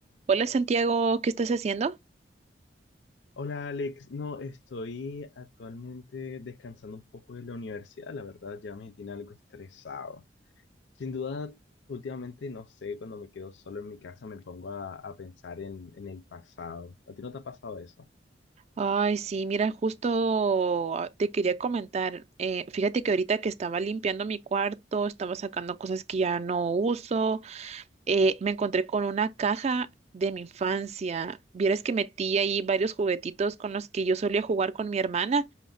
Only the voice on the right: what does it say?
Hola Santiago, ¿qué estás haciendo?
Ay, sí, mira, justo ah, te quería comentar, eh, fíjate que ahorita que estaba limpiando mi cuarto, estaba sacando cosas que ya no uso, eh, me encontré con una caja de mi infancia. Vieras que metí ahí varios juguetitos con los que yo solía jugar con mi hermana.